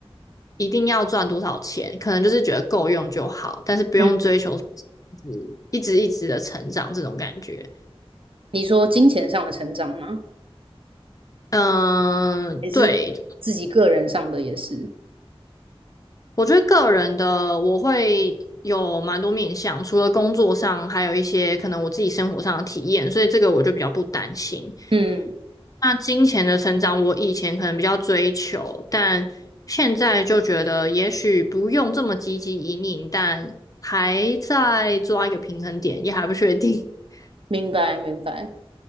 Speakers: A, on the left; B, on the right.
A: 一定要赚多少钱，可能就是觉得够用就好，但是不用追求
B: 嗯，
A: 一直一直一直的成长这种感觉。
B: 你说金钱上的成长吗？
A: 嗯，
B: 还是自己个人上的也是？
A: 对，我觉得个人的我会有蛮多面向，除了工作上，还有一些可能我自己生活上的体验，所以这个我就比较不担心。
B: 嗯，
A: 那金钱的成长，我以前可能比较追求，但现在就觉得也许不用这么积极引领，但还在抓一个平衡点，也还不确定。<laughs>
B: 明白明白。